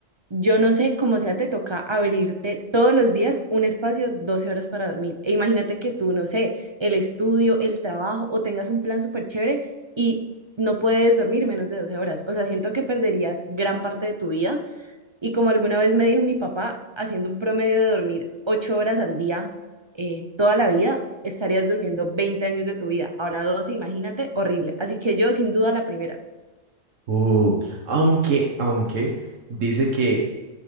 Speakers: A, on the right; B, on the right.
A: yo no sé cómo sea, te toca abrirte todos los días un espacio, 12 horas para dormir. E imagínate que tú, no sé, el estudio, el trabajo o tengas un plan súper chévere y no puedes dormir menos de 12 horas. O sea, siento que perderías gran parte de tu vida. Y como alguna vez me dijo mi papá, haciendo un promedio de dormir 8 horas al día eh, toda la vida, estarías durmiendo 20 años de tu vida. Ahora 12 imagínate, horrible. Así que yo, sin duda, la primera.
B: Uh, aunque, aunque dice que